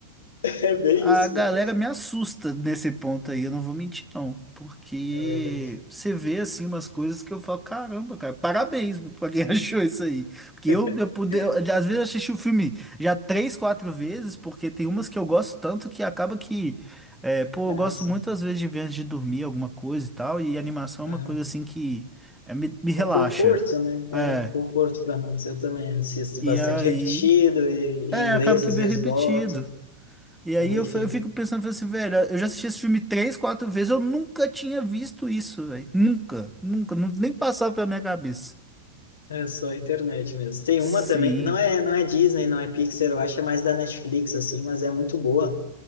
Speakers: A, on the left; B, in the centre.
A: É bem
B: A
A: isso,
B: galera
A: né?
B: me assusta nesse ponto aí, eu não vou mentir, não. Porque
A: É verdade.
B: você vê assim umas coisas que eu falo, caramba, cara, parabéns pra quem <laughs> achou isso aí. Porque
A: <laughs>
B: eu, eu poder, às vezes eu assisti o filme já três, quatro vezes, porque tem umas que eu gosto tanto que acaba que, é, pô,
A: Ah,
B: eu gosto
A: sim.
B: muitas vezes de ver antes de dormir alguma coisa e tal, e animação é
A: Aham.
B: uma coisa assim que é, me, me relaxa.
A: É o conforto, né? É,
B: É,
A: conforto para nós. Eu também assisto
B: e
A: bastante
B: aí,
A: repetido e em
B: é,
A: inglês
B: acaba que
A: às
B: vê
A: vezes
B: repetido.
A: boto.
B: E
A: Então,
B: aí eu,
A: enfim,
B: fa- eu fico pensando, falei assim, velho, eu já assisti esse filme três, quatro vezes, eu nunca tinha visto isso, velho. Nunca, nunca, nu- nem passava pela minha cabeça.
A: é só a internet mesmo. Tem
B: Sim.
A: uma também, não é, não é Disney, não é Pixar, eu acho é mais da Netflix assim, mas é muito boa.